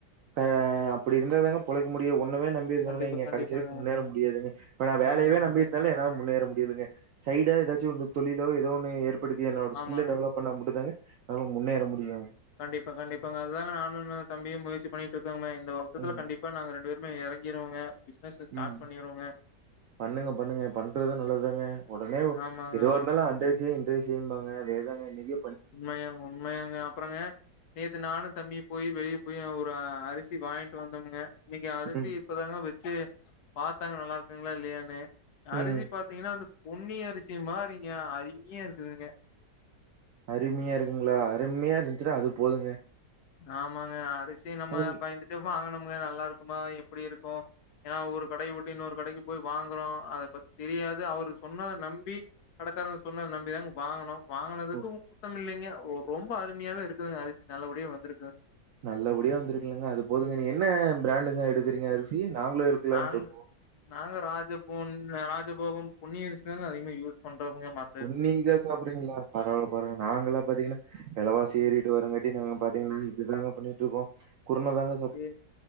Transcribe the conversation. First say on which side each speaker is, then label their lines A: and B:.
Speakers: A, on the right; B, on the left.
A: ஆ அப்டி இருந்தாதாங்க பொழைக்க முடியு ஒன்னவே நம் பி இருந்தோம்ன்னு
B: கண்டிப்பா,
A: வைங்க
B: கண்டிப்பாங்க.
A: கடைசி வரைக்கு முன்னேற முடியாதுங்க இப்ப நா வேலையவே
B: ஆமாங்க,
A: நம்பியிருந்தாலே என்னால முன்னேற முடியாதுங்க சைடா ஏதாச்சு ஒரு தொழிலோ ஏதோ ஒன்னு ஏற்படுத்தி என்னோட ஸ்கில்ல
B: ஆமாங்க.
A: டெவலப் பண்ணா மட்டுந்தாங்க என்னால முன்னேற முடியு
B: கண்டிப்பா கண்டிப்பாங்க அதுதாங்க நானு தம்பியே முயற்சி பண்ணிட்ருக்கோங்க இந்த வருஷத்துல
A: ம்
B: கண்டிப்பா நாங்க ரெண்டு பேருமே எறங் கிறோவங்க ஸ்டார்ட்
A: ம்.
B: பண்ணிருவோங்க
A: பண்ணுங்க பண்ணுங்க பண்றது நல்லதுதாங்க ஒடனே
B: ஆமாங்க,
A: எதுவாருந்தாலு
B: ஆமாங்க.
A: அன்ரே செய் இன்ரே செய் சேம்தாங்க அதேதாங்க இன்னைக்கு
B: உண்மையங்க உண்மையங்க அப்பறோங்க நேத்து நானு தம்பி போய் வெளியே போய் அ ஒரு அரிசி வாங்ட்டு வந்தோமுங்க இன்னைக்கி அரிசி
A: ம்
B: இப்பதாங்க வெச்சு பாத்தாங்க நல்லாருக்குங்களா இல்லையன்னனு
A: ம்
B: அரிசி பாத் பாத்தீங்கன்னா அந்த பொன்னி அரிசி மாறிங்க அருமையா இருக்குதுங்க
A: அருமையா இருக்குங்களா அருமையா இருந்துன்னா அது போதுங்க
B: ஆமாங்க அரிசி நம்ம
A: ம்
B: பயந்துட்டே வாங்கணுமுங்க நல்லா இருக்குமா எப்பிடி இருக்கு ஏன்னா ஒரு கடை விட்டு இன்னொரு கடைக்கி போய் வாங்குறோ அத பத் தெரியாது அவரு சொன்னத நம்பி கடைக்காரங்க சொன்னத நம்பிதாங்க வாங்கணோ வாங்கனதுக்கு
A: ஒ
B: <inaudible> இல்லைங்க ரொ ரொம்ப அருமையாவே இருக்குது அரிசி நல்லபடியு வந்திருக்குதுங்க
A: நல்லபடியா வந்துருக்குல்லங்க அது போதுங்க நீ என்ன பிராண்டுங்க எடுக்குறீங்க அரிசி நாங்களு எடுக்கலான்ட்டு
B: நாங்க
A: இருக்கோம்.
B: நாங்க ராஜபொ ராஜபோகோம் பொன்னியரிதாங்க அதிகமா யூஸ் பண்றோம்முங்க மா
A: பொன்னிங்கறத சாப்புடுறீங்களா பரவால்ல லங்க நாங்கல்லா பாத்தீங்கன்னா வெல் வாசி எறிக்கிட்டுவரங்காட்டியு நாங்க பாத்தீங்கன்னா இதுதாங்க பண்ணிட்டுருக்கோ குருனதாங்க
B: ஏ